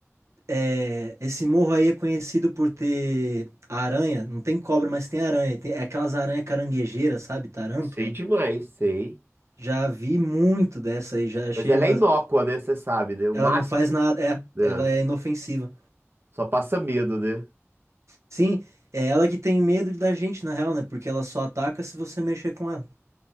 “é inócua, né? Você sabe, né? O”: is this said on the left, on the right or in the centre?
Right